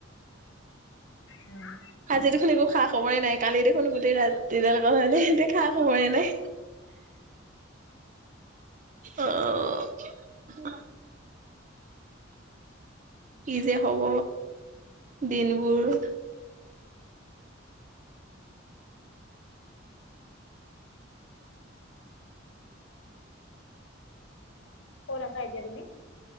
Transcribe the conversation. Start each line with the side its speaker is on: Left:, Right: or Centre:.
Left: উম।
Right: আজি দেখোন একো খা খবৰে নাই। কালি দেখোন গোটেই ৰাতি লগ <unintelligible> খা খবৰেই নাই। অ'। কি যে হ'ব দিনবোৰ?
Left: ক'ত আছা এতিয়া তুমি?